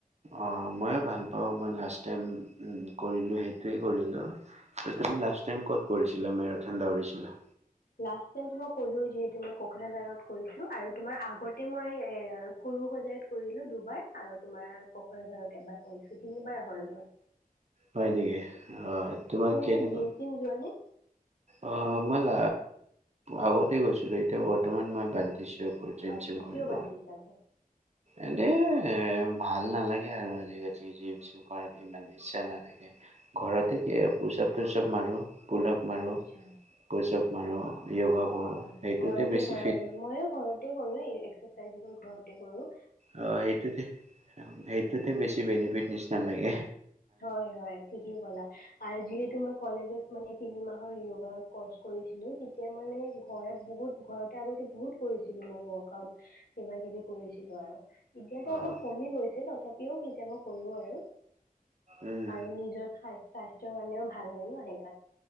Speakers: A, on the right; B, on the left.
A: অ মইও ভাল পাওঁ মই লাষ্ট টাইম কৰিলো সেইটোৱে কৰিলো তুমি লাষ্ট টাইম ক'ত কৰিছিলা মেৰাথন দৌৰিছিলা
B: লাষ্টতে কলো যিহেতু মই কোকৰাঝাৰত কৈছো আৰু তোমাৰ আগতে মই এ সৰু সজাইত কৰিলো দুবাৰ আৰু তোমাৰ কোকৰাঝাৰত এবাৰ কৰিছো তিনিবাৰ হল মই
A: হয় নেকি অহ তোমাৰ কেনেকুৱা
B: এনে জিম চিম যোৱানে
A: অ মই ল আগতে গৈছিলো এতিয়া বৰ্তমান মই বাদ দিছো জিম
B: আচ্ছা
A: চিম কৰিব
B: কিয় বাত দিছা
A: এনে এ ভাল নালাগে আৰু আজিকালি জিম চিম কৰাত ইমান ইচ্ছা নাথাকে ঘৰতে কি পুচাপ তুচাপ মাৰো পুলাপ মাৰো
B: আছা
A: পুচাপ মাৰো। য়োগা কৰো
B: অ ঘৰতে
A: সেইটোতে বেছি
B: কৰা
A: ফিট
B: মানে মইও ঘৰতে কৰো এই এক্সাৰচাইজ বোৰ ঘৰতে কৰো
A: অ সেইটোতে, সেইটোতে বেছি বেনিফিট নিশ্চ নালাগে।
B: হয় হয় ঠিকেই ক'লাআৰু যিহেতু মই কলেজত মানে তিনিমাহ হয় য়গাৰ কৰ্চ কৰিছিলোঁ। তেতিয়া মানে ঘৰত বহুত, ঘৰতে আগতে বহুত কৰিছিলোঁ মই ৱৰ্ক আউট, কিবা কিবি কৰিছিলোঁ আৰু। এতিয়াতো
A: অ'
B: অলপ কমি গৈছে তথাপি কেতিয়াবা কেতিয়াবা কৰো আৰু।
A: উম
B: আৰু নিজৰ স্বাস্থ স্থ্য কাৰনেও ভাল হয় ন সেইটো।